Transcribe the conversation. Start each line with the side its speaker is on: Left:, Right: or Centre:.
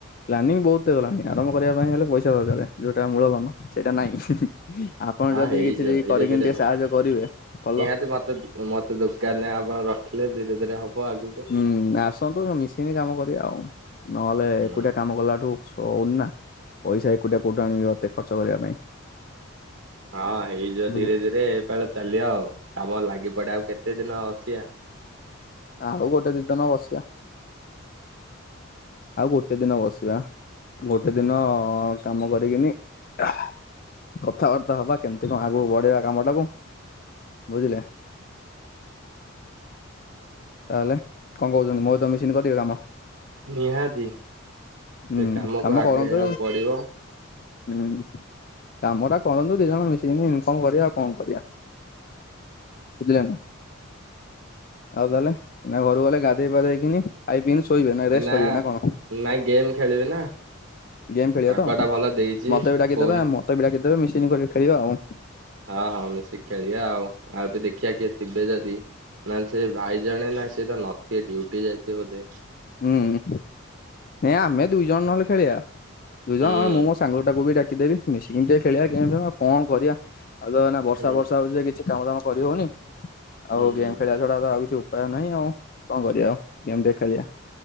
Left: ପ୍ଲାନିଂ ବହୁତ୍ ହେଇଗଲାଣି ଆରମ୍ଭ କରିବା ପାଇଁ ହେଲେ ପଇସା ଦରକାରେ ଯୋଉଟା ମୂଳଧନ ସେଇଟା ନାହିଁ ହିଁ-ହିଁ। ଆପଣ
Right: ହଁ
Left: ଯଦି
Right: ହେଇଯିବ
Left: କିଛି ଟିକେ
Right: ଧୀରେ
Left: କରିକିନି
Right: ଧୀରେ
Left: ଟିକେ
Right: ହବ।
Left: ସାହାଯ୍ୟ କରିବେ ଭଲ।
Right: <unintelligible> ମତେ ଦୋକାନ୍ ରେ ଆପଣ ରଖିଲେ ଧୀରେ-ଧୀରେ ହବ। ଆଗକୁ।
Left: ହୁଁ ଆସନ୍ତୁ ସବୁ ମିଶିକିନି କାମ କରିବା ଆଉ। ନହେଲେ
Right: ହୁଁ
Left: ଏକୁଟଆ କାମ କଲାଠୁ ସଉନି ନା। ପଇସା ଏକୁଟିଆ କଉଠୁ ଆଣିବି ଅତେ ଖର୍ଚ୍ଚ କରିବା ପାଇଁ।
Right: ହଁ ହେଇଯିବ
Left: ବୁଝ
Right: ଧୀରେ-ଧୀରେ ଏପାଳ ଚାଲିଆ ଆଉ, କାମରେ ଲାଗି ପଡେ ଆଉ କେତେ ଦିନ ବସିଆ।
Left: ଆଉ ଗୋଟେ ଦି ଦିନ ବସିଆ। ଆଉ ଗୋଟେ ଦିନ ବସିବା ଗୋଟେ ଦିନ କାମ କରିକିନି ଆଃ କଥାବାର୍ତ୍ତା ହବା, କେମ୍ତି କଣ ଆଗକୁ ବଢେଇବା କାମଟାକୁ। ବୁଝିଲେ? ତାହେଲେ କଣ କହୁଛନ୍ତି ମୋ ସହିତ ମିଶିକିନି କରିବେ କାମ?
Right: ନିହାତି ସେ
Left: ହୁଁ
Right: କାମକୁ
Left: କାମ
Right: ଆଗେଇଆକୁ
Left: କରନ୍ତୁ
Right: ପଡ଼ିବ।
Left: ହୁଁ। କାମଟା କରନ୍ତୁ ଦିଇ ଜଣ ମିଶିକିନି ଇନକମ୍ କରିବା ଆଉ କଣ କରିଆ। ବୁଝିଲେ ନାଁ। ଆଉ ତାହେଲେ ଏଇନା ଘରୁକୁ ଗଲେ ଗାଧେଇ ପାଧେଇକିନି ଖାଇ ପିଇକିନି ଶୋଇବେ ନା ରେଷ୍ଟ। କରିବେ
Right: ଆ
Left: ନା କଣ
Right: ନାଇଁ ଗେମ୍ ଖେଳିବି ନା।
Left: ଗେମ୍ ଖେଳିବ
Right: ପାଗ
Left: ତ,
Right: ଟା ଭଲ ଦେଇଛି
Left: ମତେ ବି ଡାକିଦବେ
Right: ଫୋନ
Left: ମତେ ବି ଡାକିଦେବେ ମିଶିିକିନି ଖେଳିବା ଆଉ।
Right: ହଁ-ହଁ ମିଶିକି ଖେଳଆ ଆଉ, ଆଉ ବି ଦେଖିବା କିଏ ଥିବେ ଯଦି ନା ସେ ଭାଇ ଜଣେ ନା ସେ ତ ନଥିବେ ଡୁଟି ଯାଇଥିବେ ବୋଧେ।
Left: ହୁଁ ଆମେ ଦୁଇ ଜଣ ନହେଲେ ଖେଳିଆ, ଦୁଇ
Right: ହୁଁ
Left: ଜଣ ନହଲେ ମଁ ମୋ ସାଙ୍ଗଟାକୁ ବି ଡାକିଦେବି ମିଶିକିଣଟେ ଖେଳିବା ଗେମ୍ ଫେମ୍ ଆଉ କଣ କରିବା ଆଉ ତ ନା ବର୍ଷା
Right: ହୁଁ
Left: ବର୍ଷା ହଉଚି ଯେ କିଛି କାମ ଦାମ କରି ହଉନି
Right: ହୁଁ
Left: ଆଉ ଗେମ୍ ଖେଳିବା ଛଡ଼ା ତ ଆଉ କିଛି ଉପାୟ ନାହିଁ ଆଉ କଣ କରିବା ଆଉ ଗେମ୍ ଟିକେ ଖେଳିବା।